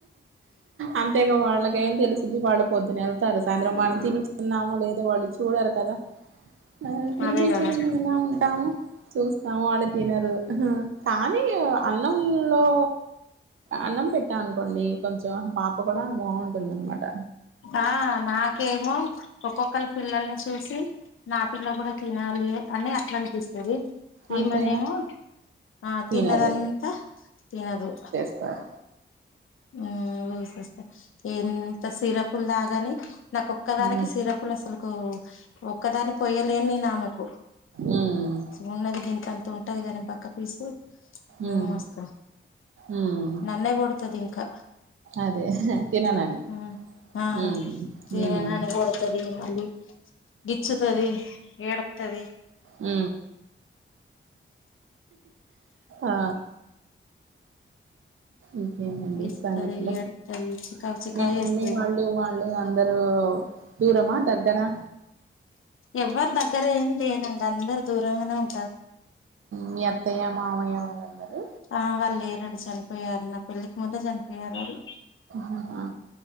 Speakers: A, on the right; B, on the left.
A: అంతేగా వాళ్ళకేం తెలుసుద్ది వాళ్లు పొద్దున ఎ ళ్తారు సాయంత్రం మనం తిని తిన్నామో లేదో వాళ్ళు చూడరు కదా ఆ తినిపించకుండా
B: అదే కదా
A: ఎలా ఉంటాము చేస్తాము వాళ్ళు తినరు కానీ అన్నంలో అన్నం పెట్టా అనుకోండి కొంచెం పాప కూడా బాగుంటుందన్నమాట
B: ఆ నాకేమో ఒక్కొక్కళ పిల్లల్ని చూసి నా పిల్ల కూడా తినాలి అని అట్లా అనిపిస్తాది
A: అంతేగా
B: ఈమెనేమో ఆ
A: తినరు
B: తిన్నదంతా తినదు
A: సర
B: ఉమ్మ్ ఊసేస్తే ఎం సిరపులు దాగాని నాకు ఒక్కదానికి
A: ఉమ్
B: సిరపులు అసలు ఓ ఒక్కదాని పోయలేని నేను అమెకు
A: ఉమ్మ్
B: ఉన్న్ది గింత ఉంటది గని బా ఫసు
A: ఉమ్
B: మస్తు
A: ఉమ్
B: నన్న కోడుతుది ఇంకా
A: అదే తిననని
B: అ అ
A: ఉమ్
B: ఇగ
A: ఉమ్
B: నన్ను మీ బిచ్చుతుది ఎడతది
A: ఉ ఆ ఇంకేనండి
B: గిచ్చుతది
A: సంగతుల
B: ఏడుత్తది చికాకు చికాకు
A: మీ మమ్మీ
B: చేస్తది
A: వాళ్ళు
B: మాకు
A: వా ళ్ళ అందరుూ దూరమా దగ్గరా
B: ఎవ్వరి దగ్గర ఏం లేనంక అందరు దూరంగానే ఉంట
A: మీ అత్తయ్య మామయ్య వాళ్ళందరూ
B: ఆ వాళ్ళు లే రండి చనిపోయారు నా పెళ్ళికి ముందే చనిపోయారు వాళ్ళు
A: హా